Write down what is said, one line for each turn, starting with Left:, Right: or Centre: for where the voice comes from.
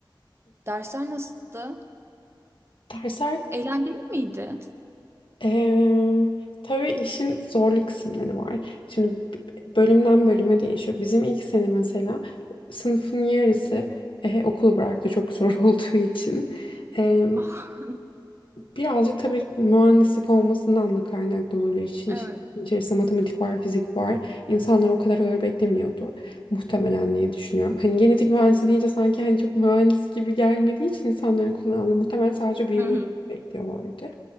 Right: Dersler nasıldı?
Left: Dersler
Right: Eğlenceli miydi?
Left: Eee tabii işin zorlu kısımları var. Şimdi b- bölümden bölüme değişiyor. Bizim ilk sene mesela sınıfın yarısı eh, okulu bıraktı çok zor <laughs> olduğu için. Eee,
Right: <laughs>
Left: birazcık tabii mühendislik olmasından da kaynaklı olabilir. İşin
Right: Evet.
Left: işin içerisinde matematik var, fizik var. İnsanlar o kadar ağır beklemiyordu. Muhtemelen diye düşünüyorum. Hani genetik mühendisi deyince sanki hani çok mühendis gibi gelmediği için insanların kullandığı muhtemelen sadece biyoloji
Right: Hı hı.
Left: bekliyorlardı.